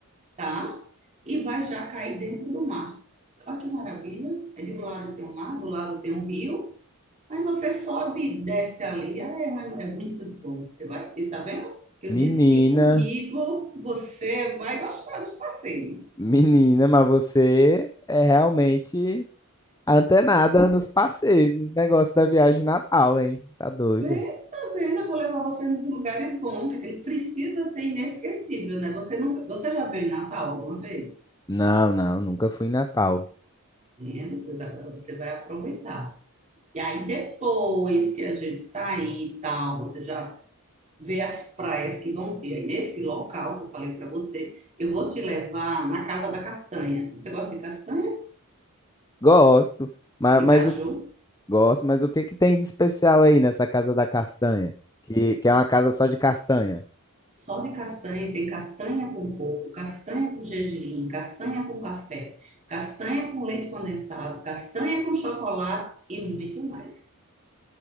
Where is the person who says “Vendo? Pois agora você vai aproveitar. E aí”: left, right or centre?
Right